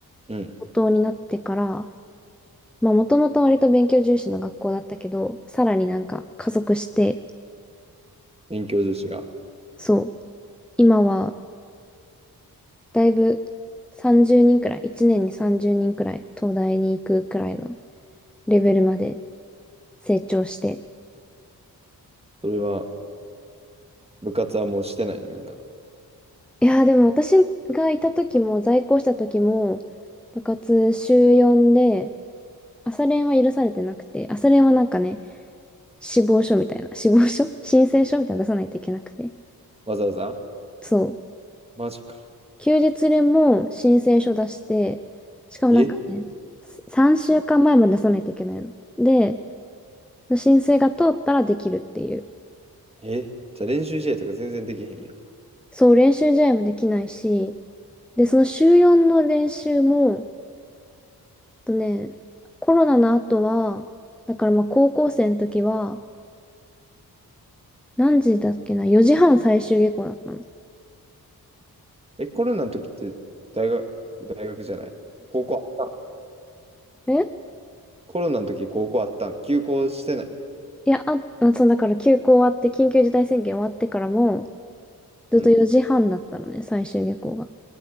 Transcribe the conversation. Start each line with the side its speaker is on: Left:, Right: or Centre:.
Right: うん。
Centre: 高等になってから、まあ、もともと割と勉強重視の学校だったけど、さらになんか加速して、
Right: 勉強重視が。
Centre: そう、今は、だいぶ30人くらい、1年に30人くらい、東大に行くくらいのレベルまで成長して、
Right: それは、部活はもうしてないの、みんな。
Centre: いやーでも私がいた時も在校した時も部活週4で朝練は許されてなくて朝練はなんかね死亡書みたいな死亡書 <laughs> 申請書みたいなの出さないといけなくて
Right: わざわざ
Centre: そう
Right: マジか。
Centre: 休日練も申請書出してしかもなんかね
Right: え
Centre: 3週間前まえまで出さないといけないので申請が通ったらできるっていう
Right: え、じゃあ練習試合とか全然できへんやん。
Centre: そう練習試合もできないしでその週4の練習もとね、コロナの後は、だからまあ高校生の時は、何時だっけな、4時半最終下校だったの。
Right: え、コロナの時って大学、大学じゃない。高校あったん
Centre: え
Right: コロナの時高校あったん休校してない。
Centre: いや、あ、あそう、だから休校終わって、緊急事態宣言終わってからも、ずっと4時半だったのね、
Right: うん。
Centre: 最終下校が。